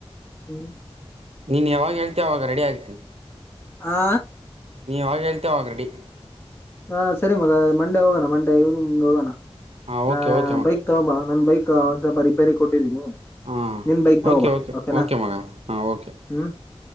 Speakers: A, on the left; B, on the right.
A: ಹ್ಮ್
B: ನೀನ್ ಯಾವಾಗ ಹೇಳ್ತ ಅವಾಗ ರೆಡಿ ಆಗ್ತೀನಿ
A: ಹಾ
B: ನೀವು ಯಾವಾಗ ಹೇಳ್ತೇವೆ ಆ ರೆಡಿ
A: ಹಾ ಸರಿ ಮಗ ಮಂಡೆ ಹೋಗೋಣ ಮಂಡೇ ಈವ್ನಿಂಗ್ ಹೋಗೋಣ
B: ಹಾಂ
A: ಹ
B: ಓಕೆ ಓಕೆ ಮಗ
A: ಬೈಕ್ ತಗೊಬ ನನ್ ಬೈಕ್ ಒಂದ ಸ್ವಲ್ಪ ರಿಪೇರಿ ಕೊಟ್ಟಿದ್ದೀನಿ
B: ಹಾಂ
A: ನಿನ್ ಬೈಕ್ ತಗೋಬ
B: ಓಕೆ ಓಕೆ
A: ಓಕೆನಾ
B: ಓಕೆ ಮಗ ಹಾಂ ಓಕೆ
A: ಹ್ಮ್